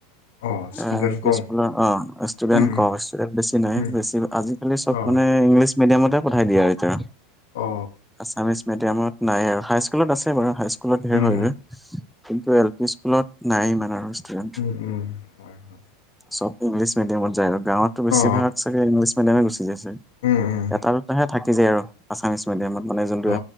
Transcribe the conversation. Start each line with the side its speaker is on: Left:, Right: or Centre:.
Left: অ ষ্টুডেণ্ট
Centre: অ',
Left: কম
Centre: স্কুলৰ অ', স্টুডেন্ট
Left: উম
Centre: কম হৈছে, বেছি নাই
Left: উম
Centre: বেছি আজিকালি চব
Left: অ
Centre: মানে ইংলিছ মিডিয়ামতে পঠাই দিয়ে আৰু এতিয়া
Left: অ
Centre: আছামিছ মিডিয়ামত। নাই আৰু হাইস্কুলত আছে বাৰু হাইস্কুলত ধেৰ
Left: উম
Centre: হৈ
Left: উম
Centre: গৈ। কিন্তু এল পি স্কুলত নাই ইমান আৰু ষ্টুডেণ্ট।
Left: উম উম হয় হয়
Centre: চব ইংলিছ মিডিয়ামত যায় আৰু গাঁৱততো বেছিভাগ
Left: অ
Centre: চাগে ইংলিছ মিডিয়ামে গুচি যাইছে।
Left: উম উম
Centre: এটা দুটাহে থাকি যায় আৰু আছামিছ মিডিয়ামত মানে যোনটো
Left: অ